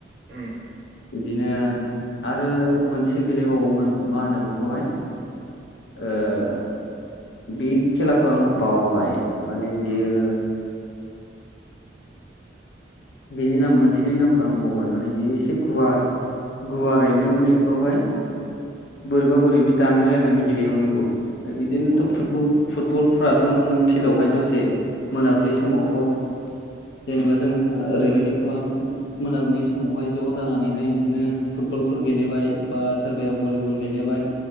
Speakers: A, on the right; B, on the left.
A: उम
B: बिदिनो आरो मोनसे गेलेबावोमोन मा होनो बेखौहाय ओ बे खेलाखौ आं बावबाय माने बियो
A: उम
B: बिनि नाम मोनसेनि नामखौ आं बावबाय माने बियो एसे गुवार गुवारैनो माने बेखौहाय बोरैबा-बोरैबि दानलायलायनानै गेलदेयोमोन बेखौ बिदिनोथ'
A: अ
B: फुटबल फुटबलफ्राथ' नोङो फिलआवहाय दसे मोनाबिलि समावथ' जेनेबा
A: उम
B: जों ओरैबायदि खालामो मोन मोनाबिलि समावहाय ज' जानानैहाय बिदिनो फुटबलफोर गेलेबाय बा सोरबाया भलिबल गेलेबाय